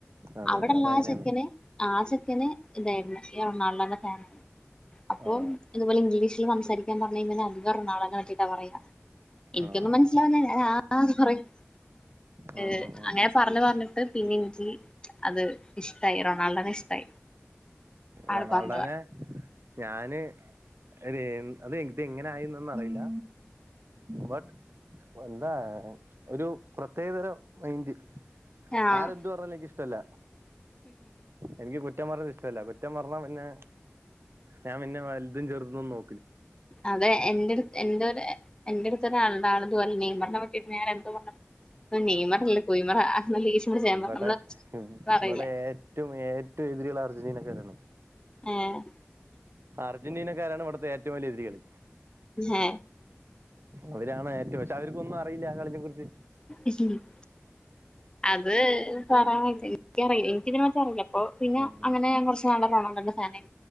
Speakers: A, on the right; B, on the left.
A: അതെ
B: അവടെള്ളാ
A: അതെ അതങ്ങനെയാണ്
B: ചെക്കന് ആ ചെക്കന് ഇതായിരുന്നു റൊണാൾഡോൻ്റെ ഫേനാണ്. അപ്പൊം
A: ആഹ്
B: ഇത്പോലെ ഇംഗ്ലീഷില് സംസാരിക്കാൻ പറഞ്ഞ്യ്ഞാ അധികം റൊണാൾഡോനെ പറ്റീട്ടാ പറയാ. ഇനിക്കൊന്നും
A: ആഹ്
B: മനസ്സിലാവുന്നില്ല ഞാൻ ആഹ് ന്ന് പറയും.
A: ഉം
B: ഏഹ്
A: ഉം ഉം
B: അങ്ങനെ പറഞ്ഞ് പറഞ്ഞിട്ട് പിന്നെ ഇൻക്ക്യ് അത് ഇഷ്ടായി റൊണാൾഡനെ ഇഷ്ടായി. ആള്
A: റൊണാൾഡോനെ
B: പറഞ്ഞത്
A: ഞാന് ഒരേൻ, അത് ഇത് എങ്ങനായിന്നാ ന്നറീല ബട്ട് എന്താ ഒരു പ്രത്യേകതരം മൈന്റ്.
B: ആഹ്
A: ആരെ ന്ത് പറഞ്ഞാലും ഇൻക്കിഷ്ടല്ല. എനിക്ക് കുറ്റം പറയ്ന്നത് ഇഷ്ടല്ല. കുറ്റം പറഞ്ഞാപിന്നെ ഞാൻ പിന്നെ വല്തും ചെറ്തും നോ
B: അതെ എന്റെട് എൻ്റൊരെ എന്റെ അടുത്തൊരാള്ണ്ട്. ആള് ഇതു പോലെ നെയ്മർനെ പറ്റിയിട്ട് ഞാൻ എന്തോ പറഞ്ഞ പ്പം നെയ്മറല്ല കുയ്മറാ <unintelligible>
A: ഇവടെ
B: നമ്മള് പറയില്ലേ
A: ഇവടെ ഏറ്റവും ഏറ്റവും എതിര്ള്ള അർജന്റീനക്കാരാണ്.
B: ഏഹ്.
A: അർജന്റീനക്കാരാണ് ഇവട്ത്തെ ഏറ്റവും വല്യ എതിര്കള്.
B: ഹേ
A: അവരാണ് ഏറ്റവും പക്ഷെ അവർക്കൊന്നും അറിയില്ലാ കളിനെ കുറിച്ച്.
B: ഇജല <inaudible> <inaudible> അത് പറയാൻ <unintelligible> എനിക്കറിയില്ല. എനിക്കിതിനെ പറ്റി അറിയില്ല. ഇപ്പൊ പിന്നെ
A: ഉം.
B: അങ്ങനെ ഞാൻ കുറച്ച് നാൾ റൊണാർഡോൻ്റെ ഫാനായി.